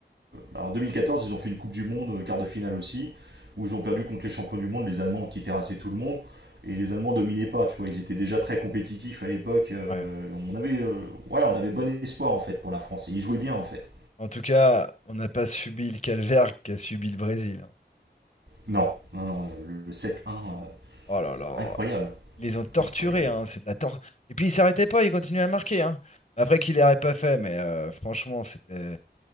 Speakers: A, on the right (about 75°); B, on the left (about 40°).
A: bah, en 2014 ils ont fait une Coupe du Monde, euh, quart de finale aussi, où ils ont perdu contre les champions du monde, les Allemands qui terrassaient tout le monde, et les Allemands dominaient pas, tu vois, ils étaient déjà très compétitifs à l'époque, euh,
B: Ouais.
A: on avait, euh, ouais, on avait bon espoir en fait pour la France, et ils jouaient bien en fait.
B: En tout cas, on n'a pas subi le calvaire qu'a subi le Brésil. hein.
A: Non, non, non, le, le 7-1, euh,
B: Oh là là,
A: incroyable,
B: ils les ont torturés,
A: incroyable.
B: hein, c'est de la tor- Et puis ils s'arrêtaient pas, ils continuaient à marquer. hein. Après qu'ils l'auraient pas fait, mais euh, franchement, c'était,